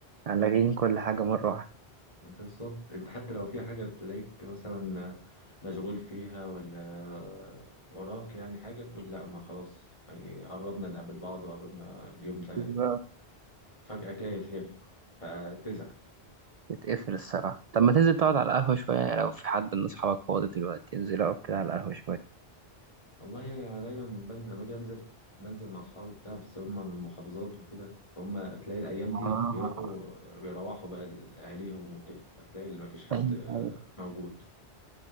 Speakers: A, on the right; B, on the left.
A: لاغيين كل حاجه مره واحده
B: بالظبط انت حتى لو في حاجة تلاقيك مثلا مشغول فيها ولا وراك يعني حاجة تقول لا ما خلاص يعني قربنا نقابل بعض وقربنا اليوم ده
A: بالظبط.
B: فجأة كده يتلغي فتزعل
A: بتقفل الصراحه طب ما تنزل تقعد على القهوه شويه لو في حد من اصحابك فاضي دلوقتي انزل اقعد كده على القهوه شويه
B: والله أنا دايما بنزل لما أجي أنزل بنزل مع أصحابي بتاع بس هم من المحافظات وكده فهم تلاقي الأيام دي
A: اه
B: بيروحوا بيروحوا بقى لأهاليهم وكده فتلاقي اللي مفيش حد
A: ايوه
B: آه،
A: ايوه
B: موجود